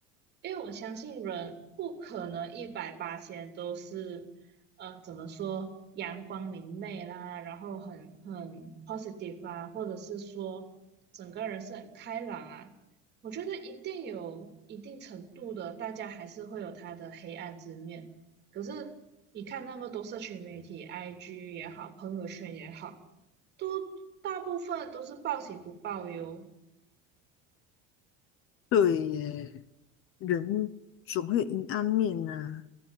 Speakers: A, on the right; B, on the left.
A: 因为我相信人不可能一百八千都是，嗯，怎么说阳光明媚啦，然后很很 positive 啊，或者是说整个人是很开朗啊。我觉得一定有一定程度的，大家还是会有他的黑暗之面。可是你看那么多社群媒体，IG 也好，朋友圈也好，都大部分都是报喜不报忧。
B: 对耶，人总会有阴暗面啊。